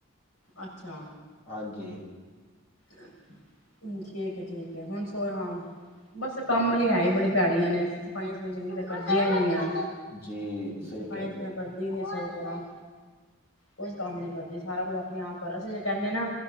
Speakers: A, on the left; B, on the left.
A: ਅੱਛਾ।
B: ਹਾਂਜੀ।
A: ਹੂੰ ਠੀਕ ਹੈ, ਠੀਕ ਹੈ ਹੁਣ ਸੋਏ ਹਾਂ ਬਸ ਕੰਮ ਨਈ ਹੈ ਹੀ ਬੜੀ ਭੈੜੀਆਂ ਨੇ ਸਫਾਈਆਂ ਸਫੂਈਆਂ ਚੰਗੀ ਤਾਂ ਕਰਦੀਆਂ ਹੀ ਨਹੀਂ ਹੈ।
B: ਜੀ ਸਹੀ
A: ਸਫਾਈਆਂ
B: ਕਹਿੰਦੇ
A: ਸਫੂਈਆਂ
B: ਪਏ
A: ਕਰਦੀ
B: ਹੋ।
A: ਨਹੀਂ ਸਹੀ ਤਰ੍ਹਾਂ ਕੁਛ ਕੰਮ ਨੀ ਕਰਦੀ ਸਾਰਾ ਕੁੱਝ ਆਪਣੇ ਆਪ ਕਰਾਂ ਸੀ ਜ ਕਹਿੰਦੇ ਨਾ